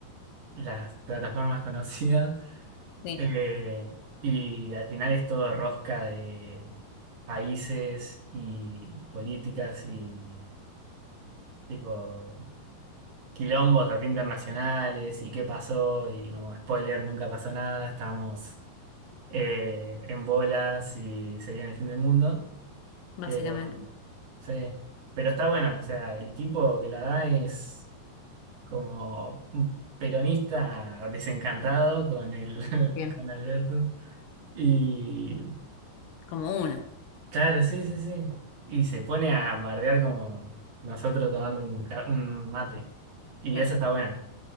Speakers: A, on the right (about 50°); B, on the left (about 75°).
A: las plataformas <laughs> conocidas
B: Sí,
A: Eh, y al final es todo rosca de países y políticas y tipo quilombos así internacionales y qué pasó y como spoiler nunca pasó nada, estamos eh, en bolas y se viene el fin del mundo,
B: básicamente.
A: pero sí, pero está bueno, o sea, el tipo que la da es como un peronista desencantado con el <laughs>
B: Bien.
A: con Alberto. y
B: Como una,
A: Claro, sí, sí, sí. Y se pone a bardear como nosotros tomando un, ca- un mate. Y
B: claro.
A: eso está bueno.